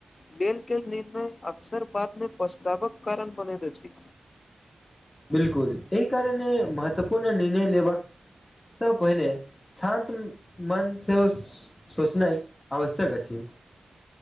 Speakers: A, on the left; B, on the left.
A: लेल गेल निर्णय अक्सर बात मे पछतावक कारण बनेैत अछि।
B: बिलकुल, एहि कारणे महत्वपूर्ण निर्णय लेबाक सँ पहिने शान्त मनसँ सोचनाइ आवश्यक अछि।